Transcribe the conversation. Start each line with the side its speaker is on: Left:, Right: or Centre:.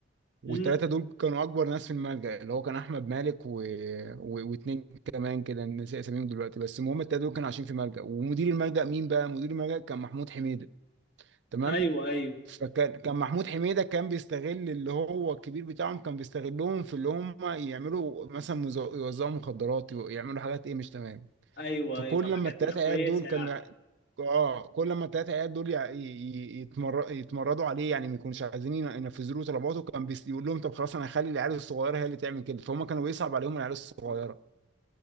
Right: والثلاثة
Left: مم.
Right: دول كانوا أكبر ناس في الملجأ اللي هو كان أحمد مالك و... و... واتنين كمان كده نسي أساميهم دلوقتي بس المهم الثلاثة دول كانوا عايشين في ملجأ ومدير الملجأ مين بقى؟ مدير الملجأ كان محمود حميدة تمام؟
Left: ايوه ايوه
Right: فكان كان محمود حميدة كان بيستغل اللي هو الكبير بتاعهم كان بيستغلهم في اللي هم يعملوا مثلا مز- يوزعوا مخدرات يعملوا حاجات إيه مش تمام
Left: ايوه
Right: فكل
Left: ايوه حاجات
Right: لما التلاتة
Left: مش كويسة
Right: عيال دول كانوا يع- اه كل لما التلاتة عيال دول يع- ي- ي- يتمر... يتمردوا عليه يعني ما يكونوش عايزين ين- ينفذوا له طلباته كان بيس... يقول لهم طب خلاص انا هخلي العيال الصغيره هي اللي تعمل كده فهم كانوا بيصعب عليهم العيال الصغيره
Left: يعني